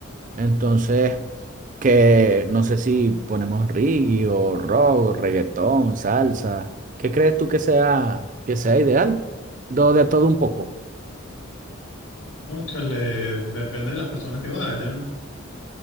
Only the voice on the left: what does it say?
Cónchale, depende de las personas que vayan.